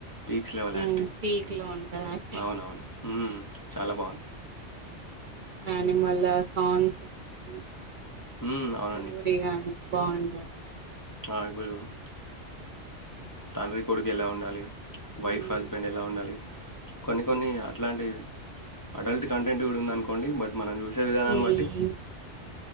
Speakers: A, on the left; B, on the right.
A: పీక్స్ లెవెల్
B: ఉమ్
A: ఆక్టింగ్
B: పీక్ లో ఉంటది యాక్టింగ్
A: అవునవును ఉమ్ చాలా బాగుంది
B: కాని మళ్ళా సాంగ్స్ కానీ
A: హ్మ్. అవునండి.
B: స్టోరీ గానీ బాగుంటయండి
A: హాయ <unintelligible> <inaudible> తండ్రి కొడుకు ఎలా ఉండాలి వైఫ్
B: ఉమ్
A: హస్బెండ్ ఎలా ఉండాలి కొన్ని కొన్ని అట్లాంటి అడల్ట్ కంటెంట్ కూడా ఉంది అనుకోండి బట్ మనం చూ విధానం
B: ఉమ్
A: బట్టి